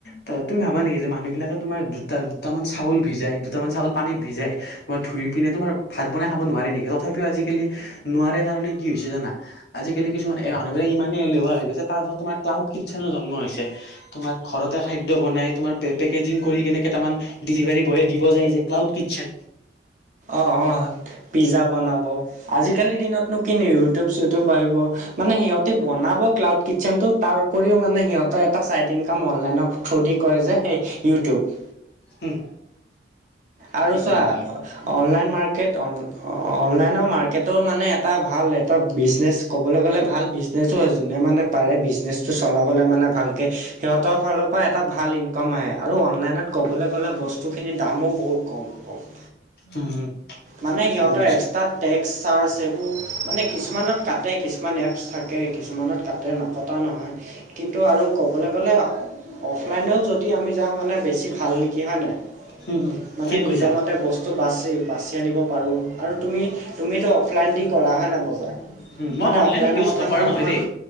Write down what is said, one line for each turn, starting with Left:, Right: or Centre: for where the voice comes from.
Left: ত, তুমি ভাবা নেকি যে মানুহবিলাকে তোমাৰ দুটা দুটামান চাউল ভিজাই দুটামান চাউল পানীত ভিজাই তোমাৰ ধুই পিনে তোমাৰ ভাত বনাই খাব নোৱাৰে নেকি? তথাপিও আজিকালি নোৱাৰে কাৰণে কি হৈছে জানা? আজিকালি কিছুমান এই মানুহবিলাক ইমানেই এলেহুৱা হৈ গৈছে। তাৰপৰা তোমাৰ ক্লাউড কিটচেনো জন্ম হৈছে। তোমাৰ ঘৰতে খাদ্য বনাই তোমাৰ পে পেকেজিং কৰি কেনে কেটামান ডেলিভাৰী বয়ে দিব যায় যে। Cloud kitchen.
Right: অ', অ, পিজ্জা বনাব আজিকালিৰ দিনত কিন ইউটিউব চউটিউব আহিব মানে সিহঁতি বনাব ক্লাউড কিটচেনটো তাৰ উপৰিও মানে সিহঁতৰ এটা চাৰিদিন কাম অনলাইনৰ থ্ৰু দি কয় যে সেই ইউটিউব।
Left: হম
Right: আৰু
Left: কি
Right: চোৱা
Left: কৰিবা আৰু।
Right: অনলাইন মাৰ্কেট অনলাইনৰ মাৰ্কেটৰ মানে এটা ভাল এটা বিজনেছ ক'বলৈ গ'লে ভাল বিজনেছো আৰু যোনে মানে পাৰে বিজনেছ চ চলাবলৈ মানে ভালকৈ সিহঁতৰ ফালৰ পৰা এটা ভাল ইনকাম আহে, আৰু অনলাইনত ক'বলৈ গ'লে বস্তুখিনিৰ দামো বহুত কম কম।
Left: উম হম
Right: মানে সিহঁতৰ
Left: বুজিছো
Right: এক্সট্ৰা টেক্স চাৰ্জ সেইবোৰ মানে কিছুমানত কাটে কিছুমান এপছ থাকে কিছুমানত কাটে ন কটা নহয়। কিন্তু আৰু ক'বলৈ গ'লে অফলাইনেও যদি আমি যাওঁ মানে বেছি ভাল নেকি হয় নাই।
Left: হম হম
Right: মানে
Left: ঠিক
Right: নিজৰ
Left: কৈছা
Right: মতে ব স্তু বাছি বাছি আনিব পাৰোঁ। আৰু তুমি তুমিটো অফলাইন দি কৰা হয় নহয় বজাৰ।
Left: উম মই
Right: মানে
Left: অনলাইন
Right: অফলাইনৰ
Left: ইউজ
Right: কথা
Left: নকৰা
Right: মোক অকণমান
Left: নহয় দেই।